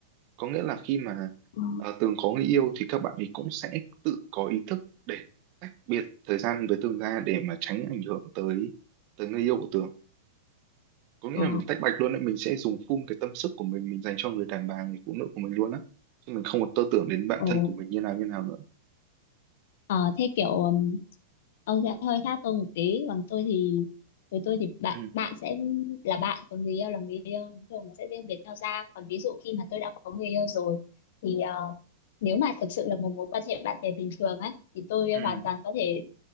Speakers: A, on the right; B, on the left.
A: có nghĩa là khi mà
B: Ờ.
A: ờ, Tường có người yêu thì các bạn ấy cũng sẽ tự có ý thức để tách biệt thời gian với Tường ra để mà tránh ảnh hưởng tới tới người yêu của Tường có nghĩa
B: Ờ.
A: là mình tách bạch luôn đấy mình sẽ dùng full cái tâm sức của mình mình dành cho người đàn bà người phụ nữ của mình luôn á chứ mình không còn tơ tưởng đến bạn
B: Ồ.
A: thân của mình như nào như nào nữa
B: Ờ, thế kiểu ừm, ông sẽ hơi khác tôi một tí còn tôi thì với tôi thì bạn
A: ừ
B: bạn sẽ là bạn còn người yêu là người yêu nói chung nó sẽ riêng biệt nhau ra còn ví dụ khi mà tôi đã có người yêu rồi thì ờ, nếu mà thực sự là một mối quan hệ bạn bè bình thường á thì tôi
A: ừ
B: hoàn toàn có thể